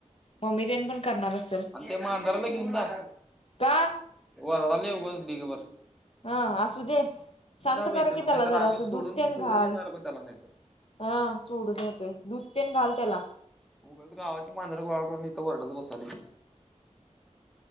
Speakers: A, on the left; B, in the centre.
A: मम्मी तेन पण करणारच
B: आणि ते मांजराला घेऊन जा
A: का
B: वरडायलय उगचंच ढीग भर
A: हं असू दे शांत
B: बाई
A: कर की त्याला
B: नाहीतर
A: जरासं
B: आम्ही सोडून
A: दूध तेन
B: सोडून
A: घाल
B: येणार बघ त्याला नाहीतर
A: हा सोडून येतोयस दूध तेन घाल त्याला
B: उघच गावाची मांजर गोळा करून इथं वरडत बसालय